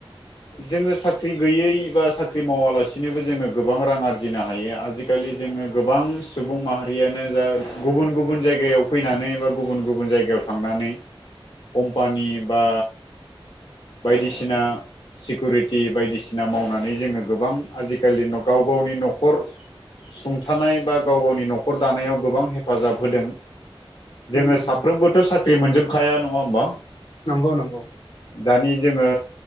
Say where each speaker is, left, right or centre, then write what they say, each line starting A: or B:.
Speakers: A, on the left; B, on the left.
A: जोङो साख्रि गैयै बा साख्रि मावालासिनोबो जोङो गोबां रां आरजिनो हायो आजिखालि जोङो गोबां सुबुं माहारियानो जा गुबुन-गुबुन जायगायाव फैनानै बा गुबुन-गुबुन जायगायाव थांनानै कम्पानि बा बायदिसिना सिकुरिटि बायदिसिना मावनानै जोङो गोबां आजिखालि गाव गाव नि न'खर सुंथानाय बा गाव गावनि न'खर दानायाव गोबां हेफाजाब होदों। जोङो
B: उम
A: साफ्रोमबोथ'
B: उम
A: साख्रि मोनजोबखाया, नङा होमबा?
B: नंगौ, नंगौ।
A: दानि जोङो